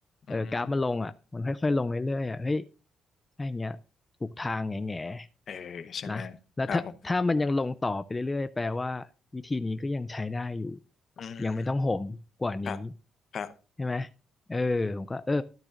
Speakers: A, on the left (about 55°); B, on the left (about 20°).
A: อืม
B: เออกราฟมันลงอ่ะมันค่อยๆลงเรื่อยๆอ่ะเฮ้ยถ้าอย่างเงี้ยถูกทางแง่
A: เออใช่ไหมครับผม
B: ๆนะแล้วถ้าถ้ามันยังลงต่อไปเรื่อยๆแปลว่าวิธีนี้ก็ยังใช้ได้อยู่
A: อืม
B: ยังไม่ต้องโหมกว่านี้
A: ครับครับ
B: ใช่ไหม เออผมก็เออ